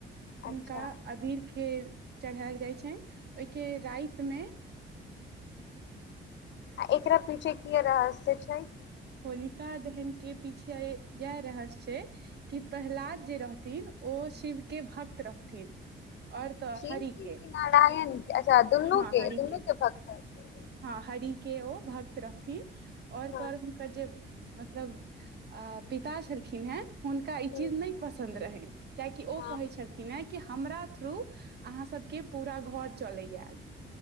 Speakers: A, on the left (about 65°); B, on the right (about 55°).
A: अच्छा
B: उनका अबीर ख। चढ़ायल जाइत छनि, ओहिके राति में।
A: आ एकरा पीछे की रहस्य अछि। जाइक।
B: होलिका दहन के पीछे। इहे रहस्य छै। की प्रहलाद जे रहथि। थिन ओ शिव के भक्त रहथिन। और तऽ
A: शिव
B: हरि
A: की
B: के
A: नारायण अच्छा दुन्नू
B: हँ
A: के
B: हरि
A: दुन्नू के भक्त रहथिन।
B: हँ हरि के ओ भक्त रहथिन। आऔर
A: हँ
B: तोर। जे मतलब पिता छलखिन हेँ। हुनका ई
A: हूँ
B: चीज नइ पसन्द रहनि। कियाकि ओ
A: हँ
B: कहै छलखिन हेँ। कि हमरा थ्रू अहाँ सबके पुरा घर चलैयै।